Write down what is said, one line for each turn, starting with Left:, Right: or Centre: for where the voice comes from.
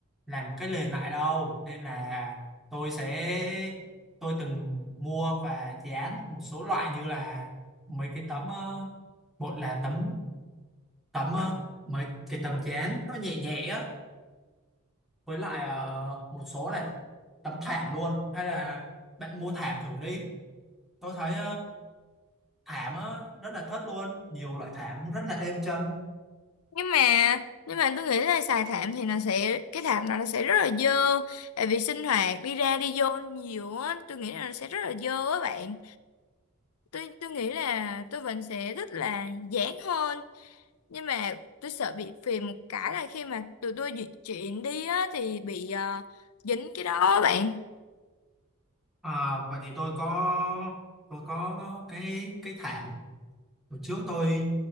Centre: làm cái nền lại đâu nên là tôi sẽ tôi từng mua và dán một số loại như là mấy cái tấm ờ, một là tấm tấm ờ, mấy cái tấm dán nó nhẹ nhẹ á với lại ờ, một số là tấm thảm luôn hay là bạn mua thảm thử đi tôi thấy thảm á rất là thất luôn nhiều loại thảm rất là êm chân
Left: Nhưng mà nhưng mà tôi nghĩ là xài thảm thì nó sẽ cái thảm nó sẽ rất là dơ tại vì sinh hoạt đi ra đi vô nhiều á tôi nghĩ là nó sẽ rất là dơ á bạn tôi tôi nghĩ là tôi vẫn sẽ thích là giảng hơn nhưng mà tôi sợ bị phiền một cái là khi mà tụi tôi di chuyển đi á thì bị ờ, dính cái đó á bạn
Centre: à, vậy thì tôi có tôi có có cái cái thảm hồi trước tôi